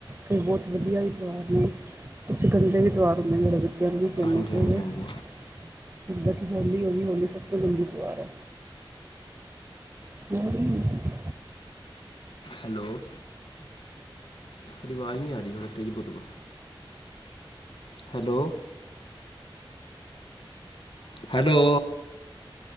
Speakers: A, on the right; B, on the left.
A: ਕਇ ਬਹੁਤ ਵਧੀਆ ਵੀ ਤਿਉਹਾਰ ਨੇ, ਕੁਛ ਗੰਦੇ ਵੀ ਤਿਉਹਾਰ ਹੁੰਦੇ ਨੇ, ਜੇੜੇ ਵਿੱਚ <unintelligible>
B: ਹਾਂਜੀ ਹਾਂਜੀ ਹਾਂਜੀ
A: ਬਾਕੀ ਹੋਲੀ-ਹੋਈ -ਹੋਲੀ, ਸਭ ਤੋਂ ਗੰਦੀ ਤਿਉਹਾਰ ਏ। <unintelligible>
B: ਹੈਲੋ। ਤੁਹਾਡੀ ਆਵਾਜ਼ ਨੀ ਆ ਰਹੀ, ਥੋੜ੍ਹਾ ਤੇਜ਼ ਬੋਲੋ। ਹੈਲੋ। ਹੈਲੋ।